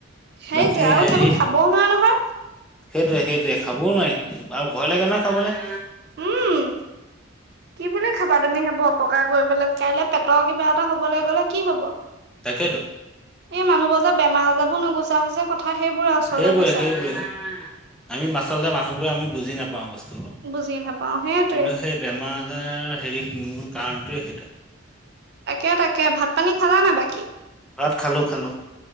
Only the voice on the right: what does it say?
সেইটোয়ে
আৰু
সেইবোৰ খাবও নোৱাৰে নহয়।
উম কি বুলি খাবা তুমি সেইবোৰ অপকাৰ কৰিবলৈ কাইলে পেটৰ কিবা এটা হবলৈ গলে কি হব- এই
মানুহবোৰ যে বেমাৰ আজাৰ বোৰ নুগুচা হৈছে কথা। সেইবোৰে আচলতে
বুজিছা
বুজি নাপাও সেইটোৱে
তাকে তাকে ভাত পানী খালা নে বাকী